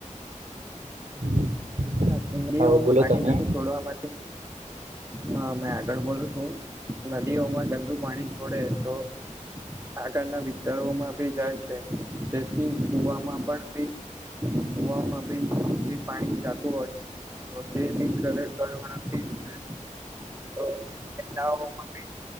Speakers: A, on the right; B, on the right.
A: <inaudible>
B: હા ડીઓ
A: હવે બોલો
B: પાણી
A: તમે
B: ગલું છોડવા માટે. હા મેં આગળ બોલું છું નદીઓમાં ગંદુ પાણી છોડે તો આગળના વિસ્તારોમાં ભી જાય છે, તેથી કુ વામાં પણી કુવામાં ભ જે પાણી જા. હો તો તે બી ઘરે કરવા છે. તો કેડામાં ભી